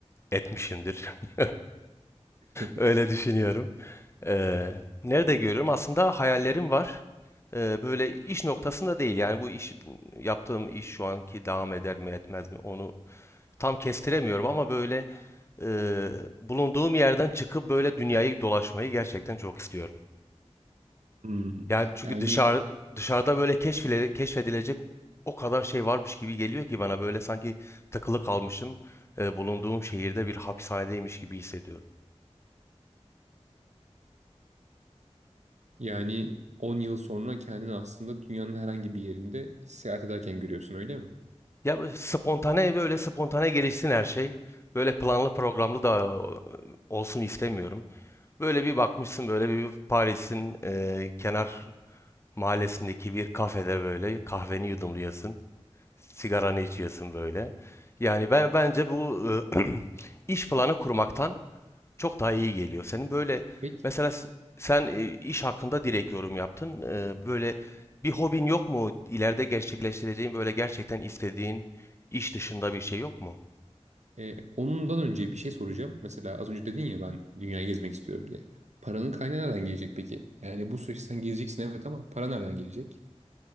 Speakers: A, on the left; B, on the right.
A: etmişimdir. <laughs>
B: <laughs>
A: Öyle düşünüyorum. Ee, nerede görüyorum? Aslında hayallerim var. Ee, böyle iş noktasında değil. Yani bu iş yaptığım iş şu anki devam eder mi etmez mi onu tam kestiremiyorum ama böyle e, bulunduğum yerden çıkıp böyle dünyayı dolaşmayı gerçekten çok istiyorum.
B: Hmm.
A: Yani çünkü
B: Yani
A: dışarı dışarıda böyle keşfile, keşfedilecek o kadar şey varmış gibi geliyor ki bana böyle sanki takılı kalmışım, e, bulunduğum şehirde bir hapishanedeymiş gibi hissediyorum.
B: yani on yıl sonra kendini aslında dünyanın herhangi bir yerinde seyahat ederken görüyorsun öyle mi?
A: Ya böyle spontane ve öyle spontane gelişsin her şey. Böyle planlı programlı da e, olsun istemiyorum. Böyle bir bakmışsın böyle bir Paris'in e, kenar mahallesindeki bir kafede böyle kahveni yudumluyorsun. Sigaranı içiyorsun böyle. Yani ben bence bu e, <clears throat> iş planı kurmaktan çok daha iyi geliyor. Senin böyle
B: Peki
A: mesela s- sen e, iş hakkında direkt yorum yaptın. E, böyle bir hobin yok mu? İleride gerçekleştireceğin böyle gerçekten istediğin iş dışında bir şey yok mu?
B: e, ondan önce bir şey soracağım. Mesela az önce dedin ya ben dünyayı gezmek istiyorum diye. Paranın kaynağı nereden gelecek peki? Yani bu süreçte sen gezeceksin evet ama para nereden gelecek?